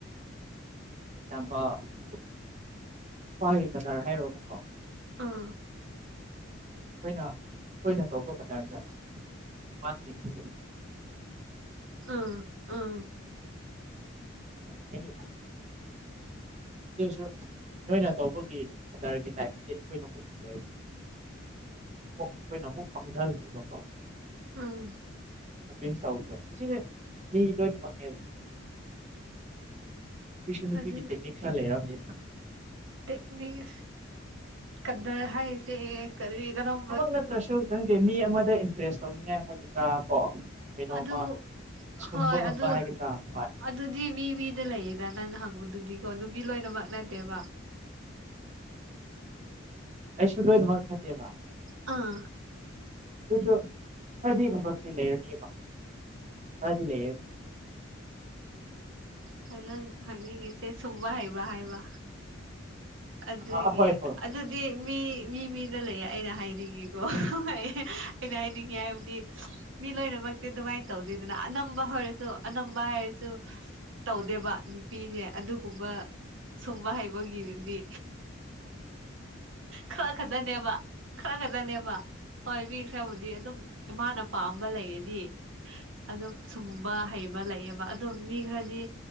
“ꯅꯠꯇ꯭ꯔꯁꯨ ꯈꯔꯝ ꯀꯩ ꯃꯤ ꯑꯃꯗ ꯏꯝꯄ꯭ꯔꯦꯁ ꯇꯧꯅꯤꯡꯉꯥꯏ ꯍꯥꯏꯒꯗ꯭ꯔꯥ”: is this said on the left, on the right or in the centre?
Right